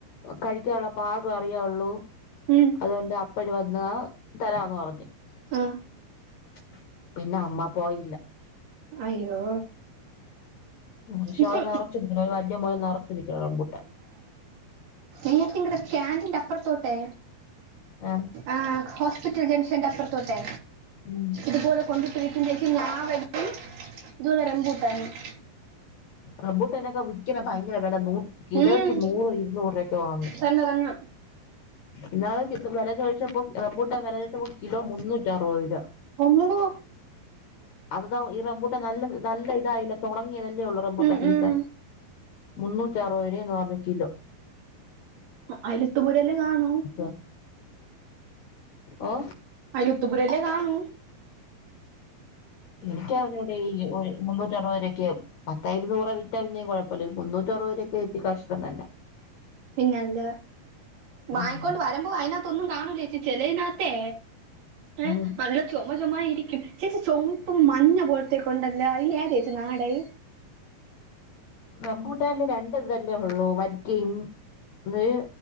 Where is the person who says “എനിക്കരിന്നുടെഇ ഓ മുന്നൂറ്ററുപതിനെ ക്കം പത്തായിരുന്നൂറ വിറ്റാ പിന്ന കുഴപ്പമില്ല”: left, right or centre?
Left